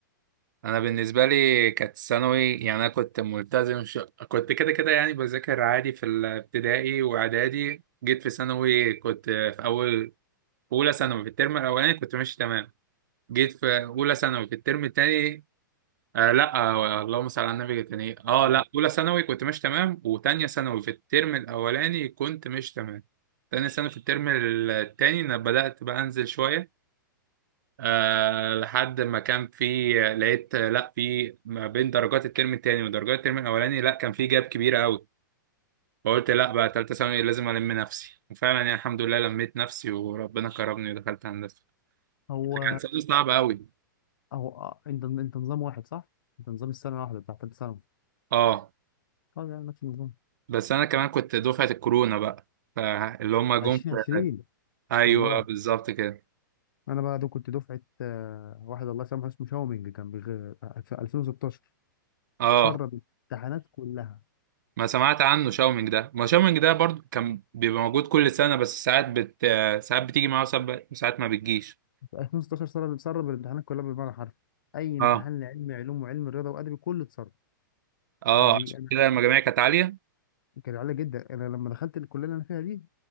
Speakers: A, on the right (about 65°); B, on the left (about 75°).
A: انا بالنسبه لي كانت ثانوي يعني انا كنت ملتزم ش... كنت كده كده يعني بذاكر عادي في الابتدائي واعدادي جيت في ثانوي كنت في اول في اولى ثانوي في الترم الاولاني كنت ماشي تمام جيت في اولى ثانوي في الترم التاني آه لا آه اللهم صل على النبي التاني اه
B: تمام.
A: لا اولى ثانوي كنت ماشي تمام وتانية ثانوي في الترم الاولاني كنت ماشي تمام تانية ثانوي في الترم التاني انا بدأت بقى انزل شويه أه لحد ما كان في لقيت آه، لا في ما بين درجات الترم التاني ودرجات الترم الاولاني لا كان في جاب كبيرة قوي فقلت لا بقى تالتة ثانوي لازم ألم نفسي وفعلا يعني الحمد لله لميت نفسي وربنا كرمني ودخلت هندسة
B: هو
A: كانت سنة صعبة قوي
B: أو أنت أنت نظام واحد صح؟ أنت نظام السنة الواحدة بتاع تالتة ثانوي
A: اه
B: طب يعني نفس النظام
A: بس أنا كمان كنت دفعة الكورونا بقى فاللي هما جم
B: 2020
A: في- أيوه
B: الله
A: بالظبط كده
B: أنا بقى ده كنت دفعة آه، واحد الله يسامحه اسمه شاومينج كان بيغ... في 2016
A: اه
B: سرب الامتحانات كلها
A: ما سمعت عنه شاومينج ده ما شاومينج ده برضو كان بيبقى موجود كل سنة بس ساعات بت ساعات بتيجي معاه وساعات ساعات ما بتجيش
B: في 2016 سرب سرب الامتحانات كلها بالمعنى الحرفي أي امتحان
A: اه
B: لعلم علوم وعلم رياضة وأدبي كله اتسرب
A: اه
B: كان بي...
A: عشان
B: أنا
A: كده المجاميع كانت عالية
B: كان عالي جدا أنا لما دخلت الكلية اللي أنا فيها دي